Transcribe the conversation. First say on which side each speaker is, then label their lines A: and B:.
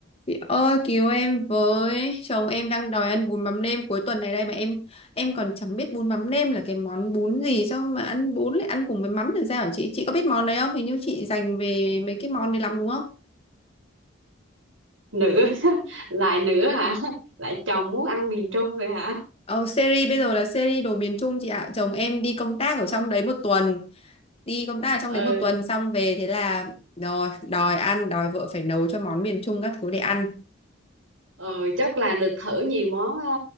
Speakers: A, on the left; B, on the right.
A: Chị ơi cứu em với chồng em đang đòi ăn bún mắm nêm cuối tuần này đây mà em em còn chẳng biết bún mắm nêm là cái món bún gì sao mà ăn bún lại ăn cùng với mắm thì sao hả chị chị có biết món đấy không hình như chị dành về mấy cái món đấy lắm đúng không
B: nữ <laughs> lại nữ hả lại chồng muốn ăn miền Trung vậy hả
A: Ờ, series bây giờ là series đồ miền Trung chị ạ chồng em đi công tác ở trong đấy một tuần đi công tác ở trong
B: ừ
A: đấy một tuần xong về thế là rồi đòi ăn đòi vợ phải nấu cho món miền Trung các thứ để ăn
B: Ờ, chắc là được thử nhiều món ờ,